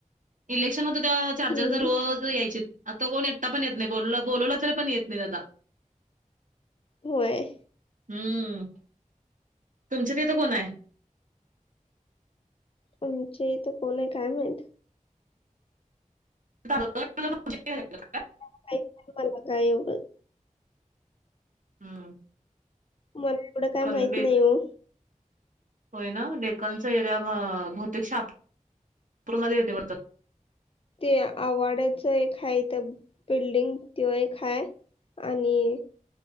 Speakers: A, on the right; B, on the left.
A: इलेक्शन होतं त्यावेळा चार
B: हम्म
A: चारजा रोज यायचीत, आता कोण एकटा पण येत नाही बो बोलवला तरी पण येत नाहीत आता. <inaudible>
B: होय.
A: हम्म. तुमच्या तीथं कोण आहे.
B: आमचे तर कोण आहे काय माहीत?
A: <unintelligible>
B: काहीच मला काय एवढं?
A: हम्म.
B: मला एवढं काय
A: कारण
B: माहित
A: डेक
B: नाही ओ?
A: होय ना डेकनच एरिया बहतेक शापु पुरमध्ये येतय वारत.
B: ते आवड्याच एक हा इथ बिल्डिंग तो एक हाय. आणि,